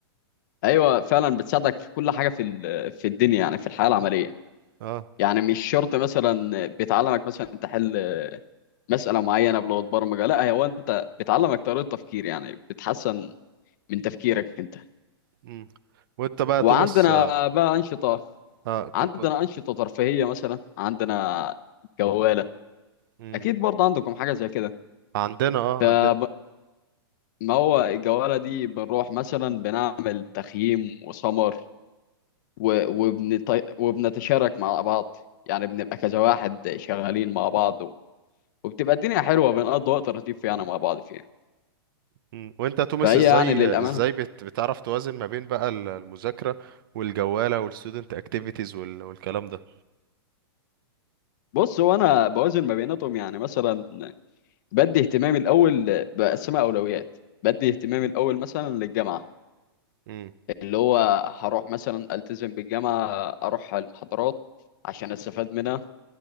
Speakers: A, on the left (about 45°); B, on the right (about 55°).
A: ايوه فعلا بتساعدك في كل حاجه في ال- في الدنيا يعني في الحياه العمليه
B: اه
A: يعني مش شرط مثلا بتعلمك مثلا تحل مساله معينه بلغه برمجه لا هو انت بتعلمك طريقه تفكير يعني بتحسن من تفكيرك انت
B: امم وانت بقى يا
A: وعندنا
B: توماس
A: بقى انشطه
B: اه ك-
A: عندنا
B: كنت
A: انشطه ترفيهيه مثلا عندنا جواله
B: امم
A: اكيد برضه عندكم حاجه زي كده
B: عندنا اه
A: فما
B: عندنا
A: هو الجواله دي بنروح مثلا بنعمل تخييم وسمر و- وبنط... وبنتشارك مع بعض يعني بنبقى كذا واحد شغالين مع بعض و... وبتبقى الدنيا حلوة بنقضي وقت لطيف يعني مع بعض فيها
B: مم. وانت يا توماس
A: فهي
B: ازاي
A: يعني للأمانة
B: ازاي بت... بتعرف توازن ما بين بقى ال- المذاكرة والجوالة والستودنت اكتيفيتيز وال... والكلام ده
A: بص هو أنا بوازن ما بيناتهم يعني مثلا بدي اهتمامي الأول بقسمها أولويات بدي اهتمامي الأول مثلا للجامعة
B: امم
A: اللي هو هروح مثلا ألتزم بالجامعة أروح المحاضرات عشان أستفاد منها